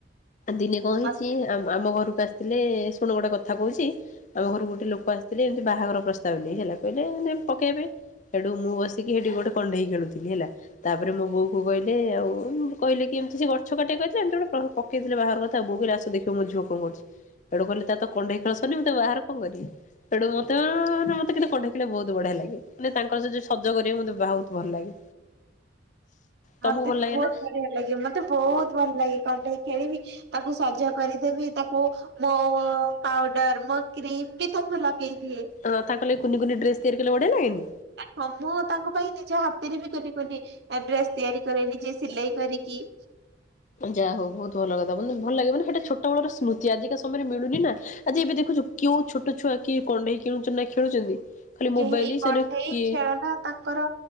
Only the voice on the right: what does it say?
ଛୋଟବେଳେ
ମତେ
ବି
ବହୁତ
ବଢିଆ ଲାଗେ ମତେ ବହୁତ ଭଲ ଲାଗେ କଣ୍ଢେଇ ଖେଳିବି। ତାକୁ ସଜ କରିଦେବି ତାକୁ ମୋ ପାଉଡର ମୋ କ୍ରିମ ବି ତାକୁ ଲଗେଇ ଦିଏ।
ଆ ମୁଁ ତାଙ୍କ ପାଇଁ ନିଜ ହାତରେ ବି କୁନି କୁନି ଡ୍ରେସ୍ ତିଆରି କରେନି ଯେ ସିଲେଇ କରିକି
କେହି କଣ୍ଢେଇ
ଖେଳନା ତାଙ୍କର